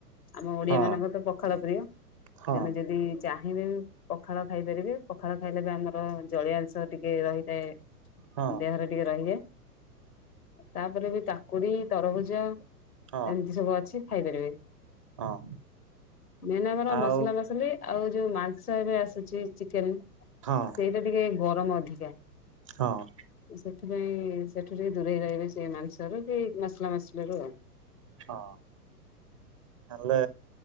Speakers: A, on the left; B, on the right.
A: ଆମ ଓଡିଆ
B: ହଁ
A: ମାନଙ୍କର ତ ପଖାଳ ପ୍ରିୟ।
B: ହଁ
A: ତେଣୁ ଯଦି ଚାହିଁବେ ବି ପଖାଳ ଖାଇପାରିବେ, ପଖାଳ ଖାଇଲେ ବି ଆମର ଜଳୀୟଅଂଶ ଟିକେ ରହିଥାଏ।
B: ହଁ ହଁ ହଁ
A: ଦେହରେ ଟିକେ ରହିଯାଏ। ଆଉ ତାପରେ ବି କାକୁଡି, ତରଭୁଜ ଏମିତି
B: ହଁ
A: ସବୁ ଅଛି ଖାଇପାରିବେ।
B: ହଁ।
A: ମେନ୍ ଆମର
B: ଆଉ
A: ମସଲା ମସଲି ଆଉ ଯୋଉ ମାଂସ ଏବେ ଆସୁଛି ଚିକେନ୍
B: ହଁ।
A: ସେଇଟା ଟିକେ ଗରମ ଅଧିକା।
B: ହଁ।
A: ଏ ସେଥିପାଇଁ ସେଠୁ ଟିକେ ଦୂରେଇ ରହିବେ ସେ ମାଂସରୁ କି ମସଲା ମସଲିରୁ ଆଉ।
B: ହଁ। ହଁ ହେଲେ